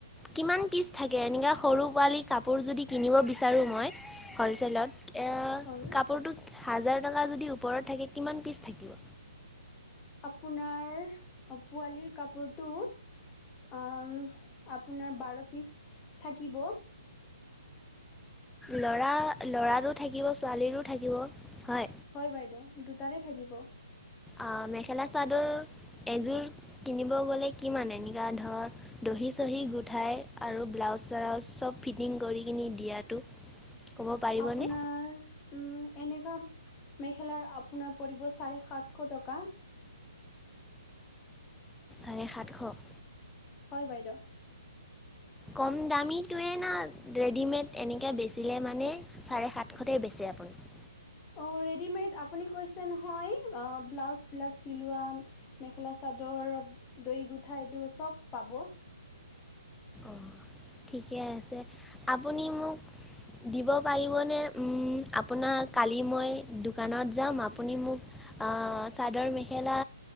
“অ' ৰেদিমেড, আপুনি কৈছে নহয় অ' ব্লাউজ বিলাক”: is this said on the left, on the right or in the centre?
Left